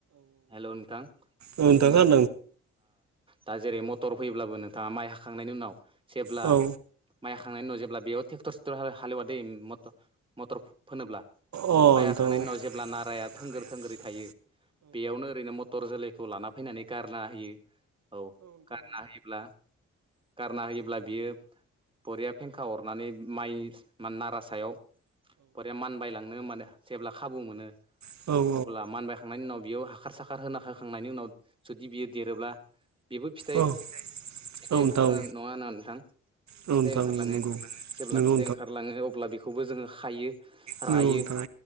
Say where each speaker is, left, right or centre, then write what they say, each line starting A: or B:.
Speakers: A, on the right (about 15°); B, on the right (about 60°).
A: हेल' नोंथां
B: नोंथां
A: बुजिदोंना
B: औ
A: दा जेरै मटर फैयोब्लाबो नोंथाङा माइ हाखांनायनि उनाव जेब्ला
B: औ नोंथां खोनादों नोंथां औ अ नोंथां औ
A: माइ हाखांनायनि उनाव जेब्ला बेयाव ट्रेक्टर सेक्टर हालेवा दै मटर फोनोब्ला
B: औ
A: माइ
B: नोंथां
A: हाखांनायनि
B: औ
A: उनाव जेब्ला नाराया थोंगोर थोंगोरै थायो बेयावनो ओरैनो बेगर जोलैखौ लाना फैनानै गारना होयो औ गारना होयोब्ला गारना होयोब्ला बियो बरिया फेंखा हरनानै माइ नारा सायाव बुरिया मानबायलांनो माने जेब्ला खाबु मोनो
B: औ औ
A: अब्ला मानबाय खांनायनि उनाव बेयाव हाखार साखार होना होखांनायनि उनाव जुदि बियो देरोब्ला बेबो फिथाइ
B: औ
A: फिथाइ
B: औ नोंथां
A: ओंखारनो
B: औ
A: नङा ना नोंथां
B: नोंथां
A: फिथाइ ओंखारलाङो
B: नंगौ
A: जेब्ला
B: नंगौ
A: फिथाइ ओंखारलाङो अब्ला बेखौबो जोङो खायो
B: नोंथां
A: रायो